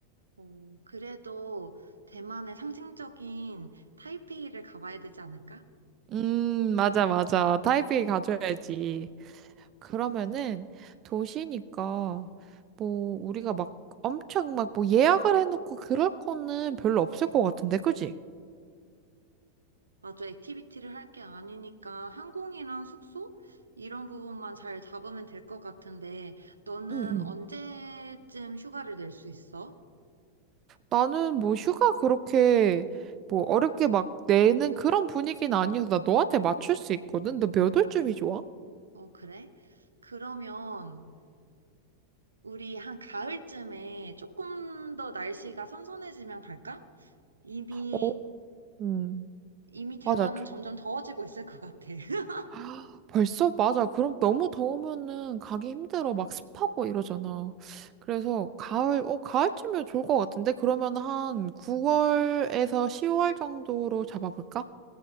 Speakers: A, on the right; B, on the right.
A: 어, 그래도 대만의 상징적인 타이페이를 가봐야 되지 않을까?
B: 음, 맞아, 맞아. 타이페이 가줘야지. 그러면은 도시니까 뭐 우리가 막 엄청 막 뭐 예약을 해놓고 그럴 거는 별로 없을 것 같은데, 그지?
A: 맞아. 액티비티를 할 게 아니니까 항공이랑 숙소 이런 부분만 잘 잡으면 될 것 같은데 너는
B: 응, 응.
A: 언제쯤 휴가를 낼 수 있어?
B: 나는 뭐 휴가 그렇게 뭐 어렵게 막 내는 그런 분위기는 아니어서 나 너한테 맞출 수 있거든. 너 몇 월쯤이 좋아?
A: 어, 그래? 그러면 우리 한 가을쯤에 조금 더 날씨가 선선해지면 갈까? 이미
B: 어, 음.
A: 이미 대만은
B: 맞아.
A: 점점 더워지고 있을 것 같아. <laughs>
B: 아, 벌써? 맞아. 그럼 너무 더우면은 가기 힘들어. 막 습하고 이러잖아. 그래서 가을, 어, 가을쯤이면 좋을 것 같은데? 그러면 한 9월에서 10월 정도로 잡아볼까?